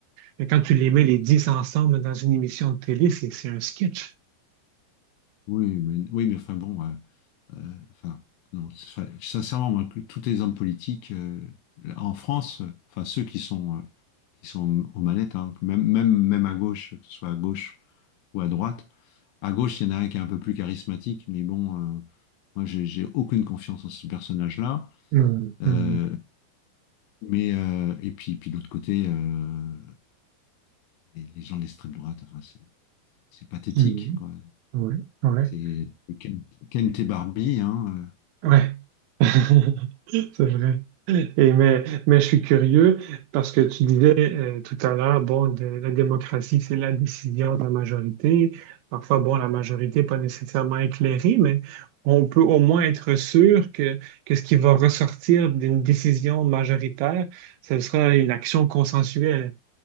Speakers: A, on the right; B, on the left.
A: Mais quand tu les mets les 10 ensemble dans une émission de télé, c'est c'est un sketch.
B: Oui, mais, oui, mais enfin bon, euh, euh, enfin, non, c'est- enfin, sincèrement, moi, que tous les hommes politiques euh, en France, euh, enfin, ceux qui sont, euh, qui sont aux manettes, hein, même, même, même à gauche, que ce soit à gauche ou à droite. À gauche, il y en a un qui est un peu plus charismatique, mais bon, euh, moi, j'ai j'ai aucune confiance en ce personnage-là.
A: Hum,
B: Euh,
A: hum,
B: mais euh, et puis, puis de l'autre côté, euh, les les gens de l'extrême droite, enfin, c'est c'est pathétique,
A: hum.
B: quoi.
A: Ouais, ouais.
B: C'est c'est Ken, Ken T. Barbie, hein.
A: Ouais, <laughs> c'est vrai. Et mais, mais je suis curieux parce que tu disais euh, tout à l'heure, bon, de- la démocratie, c'est la décision de la majorité. Parfois, bon, la majorité n'est pas nécessairement éclairée, mais on peut au moins être sûr que, que ce qui va ressortir d'une décision majoritaire, ce sera une action consensuelle